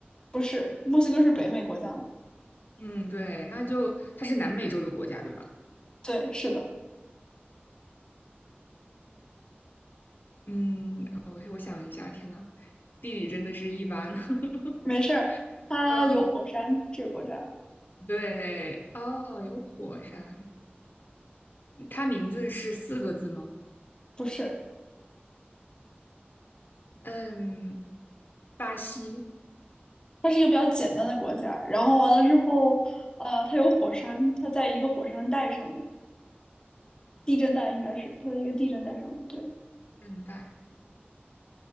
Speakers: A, on the left; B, on the left.
A: 不是，墨西哥是北美国家吗？
B: 嗯，对，那就它是南美洲的国家，对吧？
A: 对，是的，
B: 嗯，我我想一下，天呐，地理真的是一般。<laughs>
A: 没事儿。它有火山，
B: 嗯，
A: 这个国家。
B: 对，哦，有火山，它名字是四个字吗？
A: 不是，
B: 嗯，巴西，
A: 它是一个比较简单的国家。然后完了之后，呃，它有火山，它在一个火山带上面，地震带应该是它的一个地震带上面。对，
B: 现带，